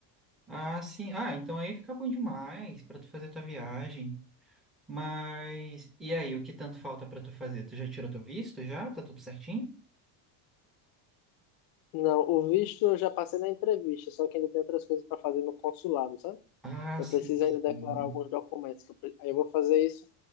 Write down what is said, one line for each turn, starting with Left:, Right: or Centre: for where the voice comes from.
Centre: Ah, sim. Ah, então aí fica bom demais pra tu fazer tua viagem. Mas e aí, o que tanto falta pra tu fazer? Tu já tirou teu visto já? Tá tudo certinho?
Left: Não, o visto eu já passei na entrevista, só que ainda tem outras coisas para fazer no consulado, sabe?
Centre: Ah,
Left: Eu
Centre: sim,
Left: preciso ainda
Centre: sim.
Left: declarar alguns documentos. Que eu, pre- aí eu vou fazer isso.